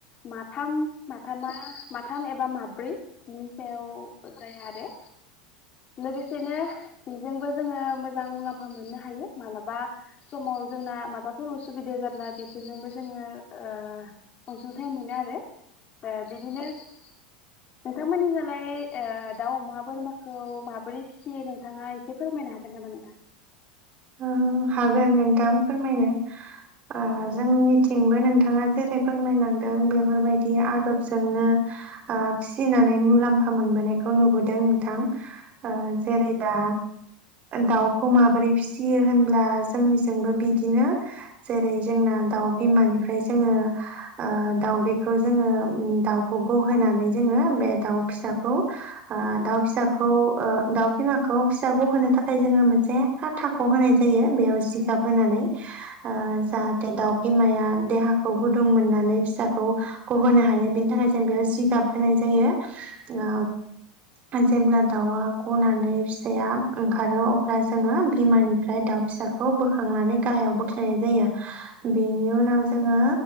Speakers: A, on the left (about 35°); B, on the right (about 40°).
A: मा थाम माथामा माथ थाम एबा माब्रै । बिनि सायाव जाया आरो । लोगोसेनो बेजोंबो जोङो मोजां मुलाम्फा मोननो हायो मालाबा समाव जोंना माबाफोर उसुबिदा जाब्ला बिसोरजोंबो जोङो ओ अनसुंथाइ मोनो आरो । ए बिदिनो नोंथांमोननिजालाय ओ दाउ अमा बोरमा खौ माबोरै फिसियो नोंथाङा एसे फोरमायनो हागोन नामा नोंथां?
B: ओ हागोन नोंथां फोरमायनो । औ जोंनि थिंबो नोंथाङा जेरै फोरमायलांदों बेफोरबायदि आदबजोंनो ओ फिसिनानै मुलाम्फा मोनबोनायखौ नुबोदों नोंथां । ओ
A: औ
B: जेरै दा दाउखौ माबोरै फिसि सियो होनब्ला जोंनिजोंबो बिदिनो जेरै जोंना दाउ बिमानिफ्राय जोङो ओ दाउदैखौ जोङो दाउखौ गहोनानै जोङो बे दाउ फिसाखौ ओ दाउ फिसाखौ ओ दाउ बिमाखौ फिसा गहोनो थाखाय जोङो मोनसे फाथ थाख' होनाय जायो बेयाव जिगाब होनानै ओ जाहाथे दाउ इमाया देहाखौ गुदुं मोननानै फिसाखौ गहोनो हायो बिनि थाखाय जों बेयाव जिगाब होनाय जायो । ओ । जेब्ला दाउआ गनानै फिसाया ओंखारो अब्ला जोंङो बिमानिफ्राय दाउ फिसाखौ बोखांनानै गाहायाव बोख्लायनाय जायो। बेनि उनाव जोंङो